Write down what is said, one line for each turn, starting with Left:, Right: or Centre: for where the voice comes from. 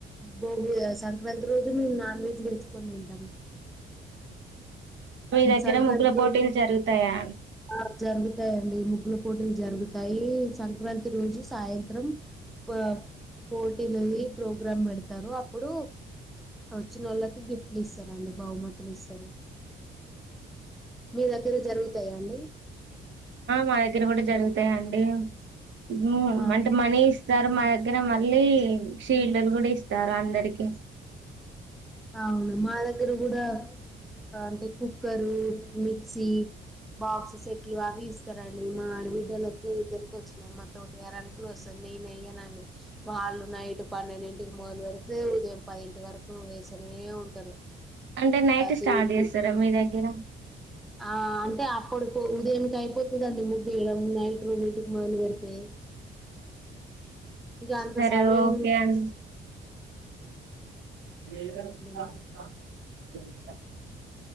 Centre: భోగి సంక్రాంతి రోజు మేము నాన్ వెజ్ తెచ్చుకొని తింటాము.
Right: మీ దగ్గర
Centre: సంక్రాంతి
Right: ముగ్గుల
Centre: రోజు
Right: పోటీలు జరుగుతాయా?
Centre: ఆ జరుగుతాయండి. ముగ్ల పోటీలు జరుగుతాయి సంక్రాంతి రోజు సాయంత్రం బా పోటీలది ప్రోగ్రామ్ పెడతారు అప్పుడు వచ్చిన వాళ్ళకి గిఫ్ట్లు ఇస్తారండి బహుమతులు ఇస్తారు. మీ దగ్గర జరుగుతాయండి?
Right: ఆ మా దగ్గర కూడా జరుగుతాయండి మూన్
Centre: ఆ
Right: అంటే మనీ ఇస్తారు మా ద గ్గర మళ్ళీ షీల్డ్లు కూడా ఇస్తారు అందరికి
Centre: అవును మా దగ్గర కూడా అంటే కుక్కరు, మిక్సీ బాక్సస్ సెట్లు అవి ఇస్తారండి. మా ఆడబిడ్డల ఇద్దరికి వచ్చినము మా తోట ఎర గ్లో వ నేనెయ్యనన్ వాళ్ళు నైట్ పన్నెండింటికి మొదలు పెడితే ఉదయం పదింటి వరకు వేస్ సన్నెయ ఉంటారు
Right: అంటే నైట్
Centre: చేసి
Right: స్టార్ట్ చేస్తారా మీ దగ్గర?
Centre: ఆ అంటే అప్పడుకి ఉదయంకి అయిపోతుందిండి ముగ్గేయడం నైట్ రెండింటికి మొదలుపెడితే ఇంక అంత
Right: సరే
Centre: సమయము
Right: ఓకే అండి ఏ
Centre: మరి